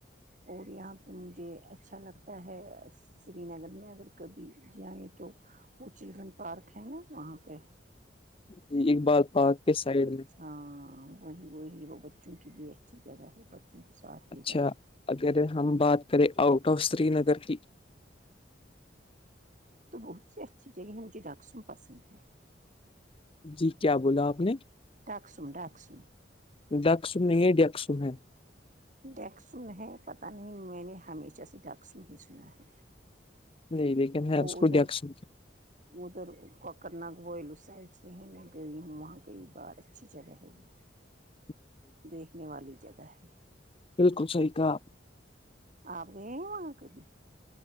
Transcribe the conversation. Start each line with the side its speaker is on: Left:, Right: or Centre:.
Right: اور یہاں پہ مجھے اچھا لگتا ہے سری نگر میں اگر کبھی جائیں تو وہ چلڈرن پارک ہے نا وہاں پہ
Left: جی اقبال پارک کے سائڈ میں
Right: ہاں وہی وہی وہ بچوں کے لیے اچھی جگہ ہے کو ساتھ لے
Left: اچھا
Right: جاتے ہیں
Left: اگر ہم بات کریں آؤٹ آف سری نگر کی
Right: تو بہت سی اچھی جگہ ہیں مجھے ڈاکسم پسند ہے
Left: جی کیا بولا آپ نے
Right: راکسوں راکسوں
Left: ڈیک سن نہیں ہے ڈیک سن ہے
Right: ڈیکسن ہے پتہ نہیں میں نے ہمیشہ سے ڈیکسن ہی سنا ہے
Left: نہیں لیکن ہے
Right: وہ
Left: اس کو
Right: ادھر
Left: ڈیکس
Right: ادھر کوکر ناگ ول اس سائڈ سے ہے میں گئی ہوں وہاں گئی بار اچھی جگہ ہے وہ
Left: ج
Right: دیکھنے والی جگہ ہے
Left: بالکل صحیح کا
Right: آ نہیں آک بھی